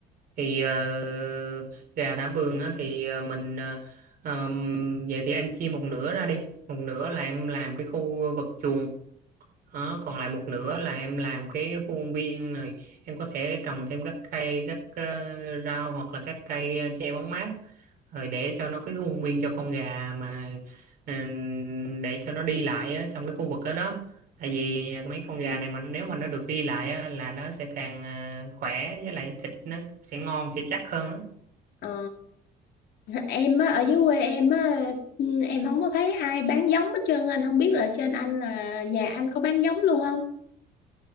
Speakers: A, on the right; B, on the left.
A: thì ờ, gà thả vườn á thì ờ, mình ờ, ờm, vậy thì em chia một nửa ra đi một nửa là em làm cái khu vực chuồng đó, còn lại một nửa là em làm cái khu công viên này em có thể trồng thêm các cây các ờ, rau hoặc là các cây ờ, che bóng mát rồi để cho nó cái khu công viên cho con gà mà ừ, để cho nó đi lại á, trong cái khu vực đó đó tại vì mấy con gà này mà nếu mà nó được đi lại á, là nó sẽ càng ờ, khỏe với lại thịt nó sẽ ngon sẽ chắc hơn đó
B: ờ em á ở dưới quê em á em không có thấy ai bán giống hết trơn anh không biết là trên anh là nhà anh có bán giống luôn không